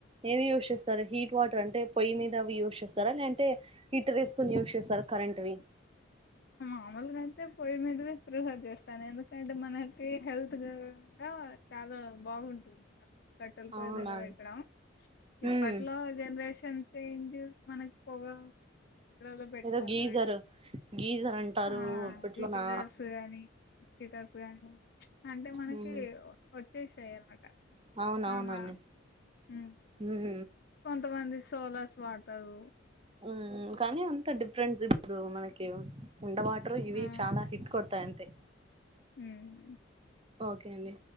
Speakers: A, on the right (about 30°); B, on the left (about 55°).
A: ఏది యూజ్ చేస్తారు హీట్ వాటర్ అంటే పొయ్యి మీద యూజ్ చేస్తారా లేదంటే హీటర్ వేసుకొని యూజ్ చేస్తారా కరెంట్ ఉంటవి
B: మాములుగా అయితే పొయ్యి మీద వే ప్రిఫర్ చేస్తాను ఎందుకంటే మనకి హెల్త్ ఖర అవ్వకుండా చాలా బాగుంటుంది కట్టెల పొయ్యి
A: అవునా
B: మీద పెట్టడం
A: హ్మ్
B: ఇప్పట్లో జనరేషన్ చేంజ్ మనకి పొగ ఉమ్ పిల్లల్లో పెట్టుకోరు
A: ఏదో గీజర్
B: కదండి
A: గీజర్ అంటారు
B: ఆ
A: అప్పట్లోనా
B: లీడర్స్ గానీ హీటర్స్ గాని ప్చ్ అంటే మనకి
A: హ్మ్
B: వచ్చేసాయ అనమాట
A: అవునవునండి
B: మనం ఆ, ఉమ్,
A: ఉమ్
B: కొంతమంది సోలార్స్ వాడతారు
A: ఉమ్ కానీ అంత డిఫరెంట్స్ ఇప్పుడు మనకి ఉండ వాటర్ ఇవి
B: ఆ
A: చాలా హిట్ కొడతాయి అంత తే
B: ఉమ్
A: ఓకే అండి